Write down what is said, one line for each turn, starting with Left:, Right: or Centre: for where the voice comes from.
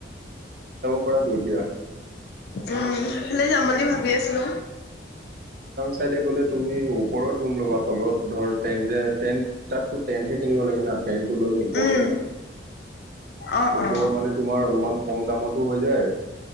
Right: কৰাটো এতিয়া?
Left: উম, সেইফালে যাম বুলি ভাবি আছো।
Right: তাতে গ'লে তুমি ওপৰত ৰুম লবা। তলত ধৰ টেন্ট যে টেন্ট তাতটো টেন্টহে কিনিব লাগে। না টেন্টটো ল'লে ওপৰত
Left: উম।
Right: ল'বা।
Left: অ
Right: ওপৰ
Left: অ
Right: মানে তোমাৰ অলপমান কম দামতো হৈ যায়